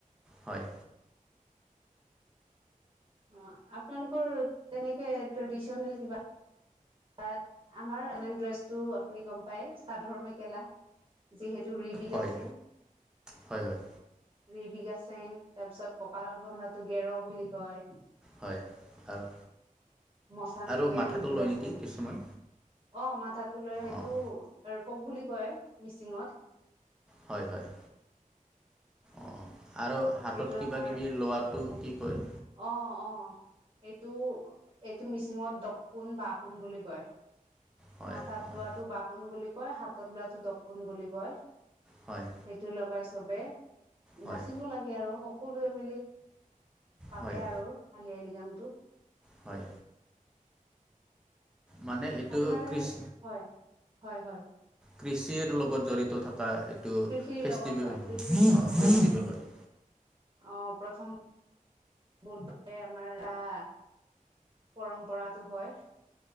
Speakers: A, in the centre; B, on the right.
A: হয়।
B: অ, আপোনালোকৰ তেনেকে ট্ৰেডিচনেল কিবা তাত আমাৰ <unintelligible> ড্ৰেছটো আপুনি গম পায় চাদৰ মেখেলা যিহে টো ৰিবিঘাছেং,
A: হয় হয় হয়
B: ৰিবিঘাছ চেং তাৰ পিছত ককালত বন্ধাটো গেৰ বুলি কয়।
A: হয় আৰু
B: মচাঙেগে
A: আৰু মাথাটো
B: ৰিবিগাচেং
A: লয় নেকি
B: অ
A: কিছুমান
B: সমাথাটো লৈ সেইটো
A: অঁ
B: আৰু কক বুলি কয় মিচিঙত।
A: হয় হয় অঁ আৰু হাতত
B: সেইটো আমাৰ
A: কিবা কিবি লোৱাটো
B: হয়
A: কি কয়?
B: অ অ, এইটো এইটো মিচিঙত দকপোন, বাপোন বুলি কয়।
A: হয়
B: মাথাত
A: হয়
B: লোৱাটো বাপোন বুলি কয়, হাতত লোৱাটো দপুন বুলি কয়।
A: হয়।
B: সেইটো লগাই চবে, নাচিব
A: হয়
B: লা গে আৰু সকলোৱে মিলি পাতে
A: হয়
B: আৰু আলি আই লৃগাংটো।
A: হয়। মানে এইটো
B: আপোনাৰ
A: কৃষ
B: হয় হয় হয়
A: কৃষিৰ লগত জড়িত থকা এইটো
B: কৃষিৰ
A: ফেষ্টিভেল
B: লগত হয়
A: অ
B: কৃষি
A: ফেষ্টিভেল
B: হয়
A: হয়।
B: অ প্ৰথম বুধবাৰে আমাৰ <unintelligible> পৰম্পৰাটো হয়।